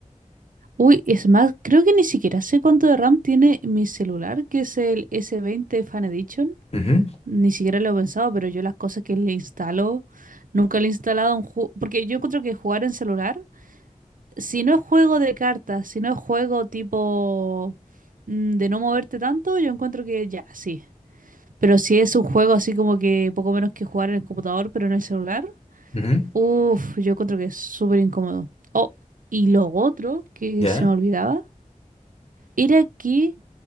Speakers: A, on the right; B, on the left.
A: Uy, es más, creo que ni siquiera sé cuánto de RAM tiene mi celular, que es el s veinte Fan Edition.
B: Ujú,
A: Ni siquiera lo he pensado, pero yo las cosas que le instalo, nunca le he instalado un juego, porque yo encuentro que jugar en celular, si no es juego de cartas, si no es juego tipo mm, de no moverte tanto, yo encuentro que ya, sí. Pero si es un juego así como que poco menos que jugar en el computador, pero no en el celular,
B: ujú,
A: uff, yo encuentro que es súper incómodo. Oh, y lo otro que
B: ¿Ya?
A: se me olvidaba era que